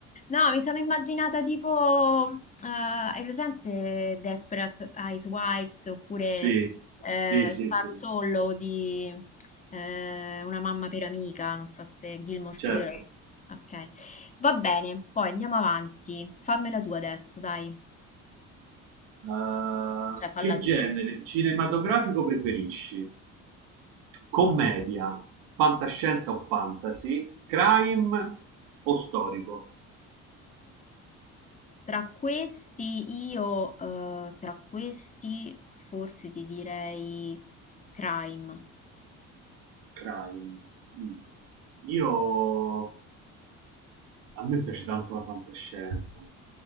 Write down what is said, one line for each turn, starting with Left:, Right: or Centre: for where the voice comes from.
Left: No, mi sono immaginata tipo, eh, hai presente Desperate Housewives oppure
Right: Sì,
Left: eh,
Right: sì, sì,
Left: Star
Right: sì,
Left: Solo di eh, Una mamma per amica, non so se Gilmore's
Right: certo.
Left: Girls. Ok, va bene, poi andiamo avanti. Fammela tu adesso, dai,
Right: Uh,
Left: cioè falla
Right: che
Left: tu.
Right: genere cinematografico preferisci? Commedia, fantascienza o fantasy, crime o storico?
Left: Tra questi io, eh, tra questi forse ti direi Crime.
Right: Crime. Mm. Io a me piace tanto la fantascienza,